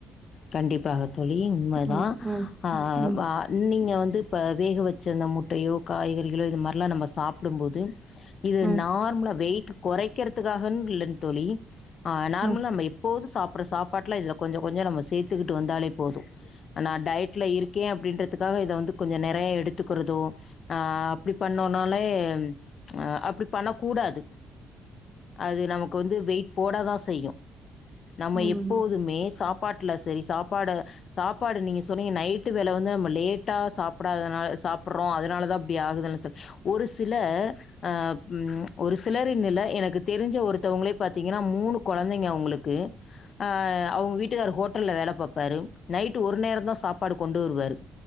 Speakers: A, on the left (about 55°); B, on the right (about 20°).
A: கண்டிப்பாக தோழி உண்மதா
B: ம், ம்,
A: ஆ
B: ம்,
A: வா நீங்க வந்து இப்ப வேக வச்சந்த முட்டையோ காய்கறிகளோ இது மாரிலா நம்ம சாப்டும்போது இது
B: ம்,
A: நார்மலா வெயிட்ட கொறைக்கிறதுக்காகன் இல்லன் தோழி ஆ நார்மலா
B: ம்,
A: நம்ம எப் போது சாப்ற சாப்பாட்டுல இதுல கொஞ்ச கொஞ்ச நம்ம சேத்துகிட்டு வந்தாலே போது நா டயட்ல இருக்கே அப்டீன்றதுக்காக இத வந்து கொஞ்ச நெறைய எடுத்துக்குறது ஆ அப்டி பண்ணோனாலே ச் ஆ அப்டி பண்ண கூடாது அது நமக்கு வந்து வெயிட் போடதா செய்யு நம்ம
B: ம்,
A: எப்போதுமே சாப் ட்ல சரி சாப்பாடு சாப்பாடு நீங்க சொன்னீங்க நைட்டு வேல வந்து நம்ம லேட்டா சாப்படாதனால சாப்பட்றோ அதனாலதா அப்டி ஆகுதுன் சொல்லி ஒரு சில ஆ ம் ஒரு சிலரினில எனக்கு தெரிஞ்ச ஒருத்தவங்களே பாத்தீங்கன்னா மூணு கொழந்தைங்க அவுங்களுக்கு ஆ அவுங்க வீட்டுக்காரு ஹோட் டல்ல வேலை பாப்பாரு நைட்டு ஒரு நேரந்தா சாப்பாடு கொண்டு வருவாரு